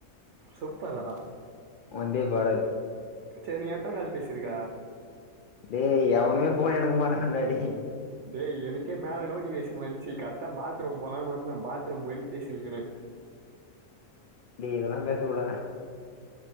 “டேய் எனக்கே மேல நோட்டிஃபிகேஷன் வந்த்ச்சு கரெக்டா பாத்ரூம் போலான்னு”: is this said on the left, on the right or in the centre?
Right